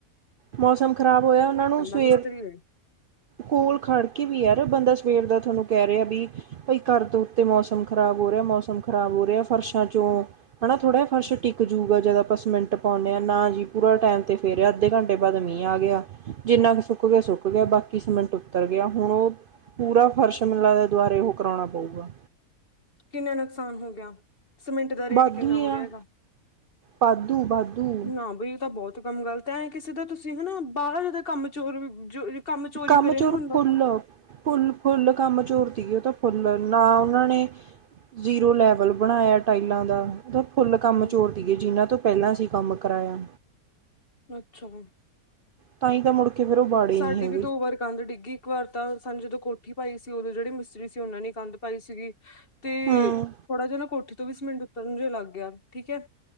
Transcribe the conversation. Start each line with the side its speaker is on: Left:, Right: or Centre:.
Right: ਮੌਸਮ ਖ਼ਰਾਬ ਹੋਇਆ ਉਹਨਾਂ ਨੂੰ ਸਵੇਰ
Left: ਮਿਸਤਰੀ ਨੇ
Right: ਕੋਲ ਖੜ ਕੇ ਵੀ ਯਾਰ ਬੰਦਾ ਸਵੇਰ ਦਾ ਤੁਹਾਨੂੰ ਕਹਿ ਰਹੇ ਆ ਵੀ ਬਈ ਘਰ ਤੋਂ ਉੱਤੇ ਮੌਸਮ ਖਰਾਬ ਹੋ ਰਿਆ, ਮੌਸਮ ਖਰਾਬ ਹੋ ਰਿਆ, ਫਰਸ਼ਾਂ ਚੋਂ ਹਨਾਂ ਥੋੜ੍ਹਾ ਜਹਾ ਫਰਸ਼ ਟਿਕ ਜੂਗਾ ਜਦ ਆਪਾਂ ਸੀਮਿੰਟ ਪਾਉਂਣੇ ਆਂ। ਨਾਂ ਜੀ ਪੂਰਾ ਟਾਈਮ ਤੇ ਫੇਰਿਆ ਅੱਧੇ ਘੰਟੇ ਟੇ ਬਾਅਦ ਮੀਂਹ ਆ ਗਿਆ। ਜਿੰਨਾ ਕੁ ਸੁੱਕ ਗਿਆ, ਸੁੱਕ ਗਿਆ, ਬਾਕੀ ਸੀਮਿੰਟ ਉੱਤਰ ਗਿਆ। ਹੁਣ ਉਹ ਪੂਰਾ ਫਰਸ਼ ਮਿਨੂੰ ਲਗਦੇ ਦੁਆਰੇ ਉਹ ਕਰਾਉਣਾ ਪਊਗਾ।
Left: ਕਿੰਨਾ ਨੁਕਸਾਨ ਹੋ ਗਿਆ। ਸੀਮਿੰਟ ਦਾ ਰੇਟ
Right: ਵਾਧੂ
Left: ਕਿੰਨਾ
Right: ਹੀ
Left: ਹੋ
Right: ਆ
Left: ਰਿਹਾ ਹੈਗਾ,
Right: ਵਾਧੂ ਵਾਧੂ
Left: ਨਾਂ ਬਈ ਤਾਂ ਬਹੁਤ ਕੰਮ ਗਲਤ ਐ, ਐ ਕਿਸੇ ਦਾ ਤੁਸੀਂ ਹਨਾਂ ਬਾਹਰ ਜਦਾ ਕੰਮ ਚੋਰ ਜੋ ਚੋਰੀ
Right: ਕੰਮ
Left: ਕਰੇ
Right: ਚੋਰ
Left: ਨਾ ਬੰਦਾ
Right: ਫੁੱਲ
Left: ਤਾਂ
Right: ਫੁੱਲ ਫੁੱਲ ਕੰਮ ਚੋਰ ਦੀ ਉਹ ਤਾਂ ਫੁੱਲ ਨਾਂ ਉਹਨਾਂ ਨੇ ਜ਼ੀਰੋ ਲੈਵਲ ਬਣਾਇਆ ਟਾਈਲਾਂ ਦਾ ਫੁੱਲ ਕੰਮ
Left: ਹੂੰ
Right: ਚੋਰਦੀਏ ਜਿਨ੍ਹਾਂ ਤੋਂ ਪਹਿਲਾਂ ਸੀ। ਕੰਮ ਕਰਾਇਆ।
Left: ਅੱਛਾ।
Right: ਤਾਂ ਹੀ ਤਾਂ ਮੁੜ ਕਿ ਫਿਰ ਉਹ ਵਾੜੇ
Left: ਸਾਡੀ
Right: ਨਹੀਂ ਹੈਗੇ।
Left: ਵੀ ਦੋ ਵਾਰ ਕੰਧ ਡਿੱਗੀ ਇੱਕ ਵਾਰ ਤਾਂ ਸਾਨ ਜਦੋਂ ਕੋਠੀ ਪਾਈ ਸੀ ਉਦੋਂ ਜਿਹੜੀ ਮਿਸਤਰੀ ਸੀ ਉਹਨਾਂ ਨੇ ਕੰਧ ਪਾਈ ਸੀਗੀ ਤੇ
Right: ਹੂੰ
Left: ਥੋੜਾ ਜਿਆ ਨਾਂ ਕੋਠ ਵੀਸ ਮਿੰਟ ਉੱਤਰ ਨੂੰ ਲੱਗ ਗਿਆ ਠੀਕ ਐ।